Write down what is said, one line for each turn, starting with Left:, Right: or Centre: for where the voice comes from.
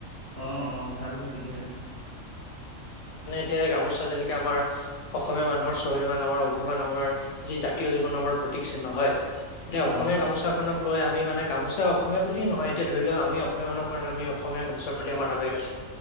Right: আহ আহ ভাল টপিকটো।
Left: তে গামোচ। চা যেনেকে আমাৰ, অসমীয়া মানুহৰ স্বাভিমান আমাৰ অভিমান আমাৰ যি জাতীয় জীৱন আমাৰ প্ৰতীক চিহ্ন হয়। এতিয়া অসমীয়া
Right: অ
Left: গামোচাখনক। লৈ আমি মানে গামোচা অসমীয়া বুলিয়ে নহয় এতিয়া ধৰি লও আমি অসমীয়া মানহ কাৰণে আমি অসমীয়া গামোচাৰ প্ৰতি আমাৰ আৱেগ আছে।